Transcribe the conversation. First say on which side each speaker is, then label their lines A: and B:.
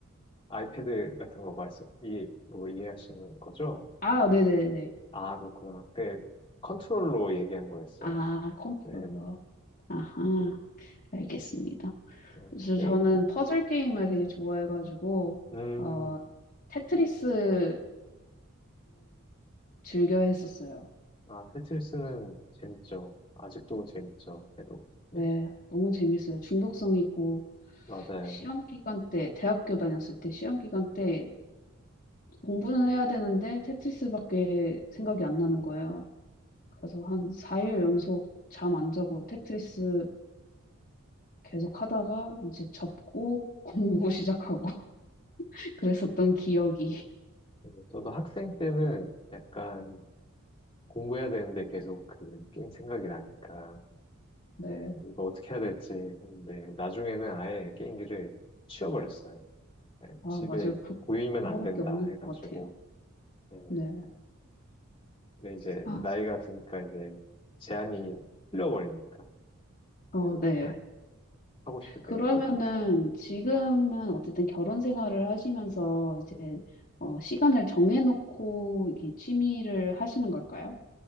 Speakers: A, on the left; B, on the left.
A: 아이패드 같은 거 말씀, 이해, 뭐 이해하시는 거죠?
B: 아, 네네네.
A: 아, 그렇구나. 그, 컨트롤로 얘기한 거였어요.
B: 아, 컨트롤러.
A: 네. 음,
B: 아하, 알겠습니다.
A: 음,
B: 그래서
A: 게임?
B: 저는 퍼즐 게임을 되게 좋아해가지고
A: 음,
B: 어, 테트리스도 즐겨 했었어요.
A: 아, 테트리스는 재밌죠. 아직도 재밌죠. 해도. 네,
B: 네, 너무 재밌어요. 중독성 있고
A: 맞아요.
B: 시험 기간 때, 대학교 다녔을 때 시험 기간 때 공부는 해야 되는데 테트리스밖에 생각이 안 나는 거예요. 그래서 한 4일 연속 잠 안 자고 테트리스 계속 하다가 이제 접고 <laughs> 공부 시작하고 <laughs> 그랬었던 기억이.
A: 맞아요. 저도 학생 때는 약간 공부해야 되는데 계속 그 게임 생각이 나니까
B: 네.
A: 예, 이거 어떻게 해야 될지 했는데 나중에는 아예 게임기를 치워버렸어요. 예,
B: 아,
A: 집에
B: 맞아요. 그,
A: 보이면
B: 그거밖에
A: 안 된다
B: 없는 것
A: 해가지고
B: 같아요.
A: 예,
B: 네.
A: 근데 이제
B: 아,
A: 나이가 드니까 이제 제한이 풀려버리니까
B: 어,
A: 계속
B: 네.
A: 하고 싶을 때
B: 그러면은
A: 계속 막
B: 지금은 어쨌든 결혼 생활을 하시면서 이제 어, 시간을 정해놓고 이게 취미를 하시는 걸까요?